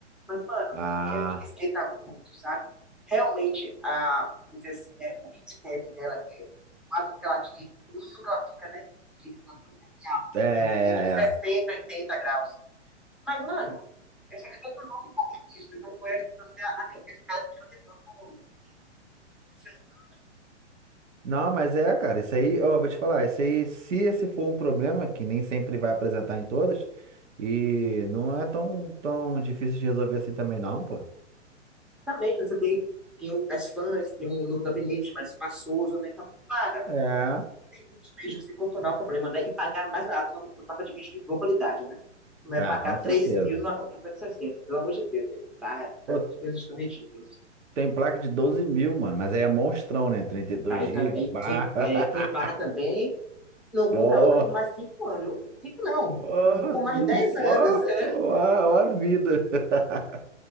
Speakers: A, in the centre; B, on the right.
A: Mas, mano,
B: Ah,
A: não quero que me esquenta muito, sabe? Realmente, a, vamos dizer assim, né, o heat cap dela, que é o máximo que ela atinge, o mínimo que ela fica, né? De temperatura é bem alta,
B: é,
A: né,
B: é,
A: que é entre os 60
B: é.
A: e 80 graus. Mas, mano, eu só, eu só não se importar com isso. Então, não é você é aquele cara que fica o tempo todo no- observando.
B: Não, mas é, cara, isso aí, ó, vou te falar, isso aí, se esse for um problema, que nem sempre vai apresentar em todas, e não é tão, tão difícil de resolver assim também, não, pô.
A: Também, né, você tem, tem um, as fãs, tem um novo gabinete mais espaçoso, né? Então, para.
B: É.
A: tem muitos meios de você contornar o problema, né? E pagar mais barato na, placa de vídeo de boa qualidade, né? Não
B: Ah,
A: é pagar
B: com
A: três
B: certeza.
A: mil no 5060, pelo amor de Deus, velho. Tá,
B: Pô,
A: tá, as coisas estão ridículas.
B: tem placa de doze mil, mano, mas aí é monstrão, né? 32 GB,
A: Tá, e também,
B: pá.
A: quem,
B: <laughs>
A: é, quem paga também não
B: Pô,
A: compra outra por mais 5 anos. cinco não,
B: pô,
A: por mais
B: hum,
A: 10 anos.
B: pô,
A: <laughs>
B: pô, a a vida. <laughs>